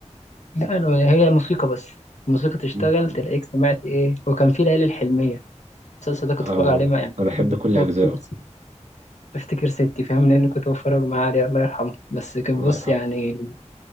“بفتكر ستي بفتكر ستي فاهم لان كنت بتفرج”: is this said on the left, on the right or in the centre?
Left